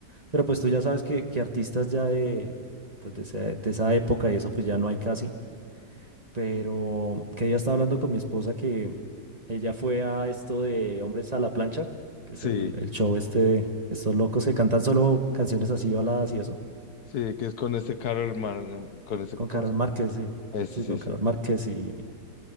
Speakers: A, on the right; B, on the left.
A: pero pues tú ya sabes que, que artistas ya de, pues de, ese- de esa época y eso, pues ya no hay casi. pero que ya estaba hablando con mi esposa que ella fue a esto de Hombres a la Plancha, que
B: Sí,
A: es el, el show este de estos locos que cantan solo canciones así, baladas y eso,
B: sí, que es con este carro hermano, con ese,
A: con
B: ¿cómo
A: Carol
B: se
A: Márquez,
B: llama?
A: sí,
B: Este,
A: sí,
B: sí,
A: con
B: sí.
A: Carol Márquez y...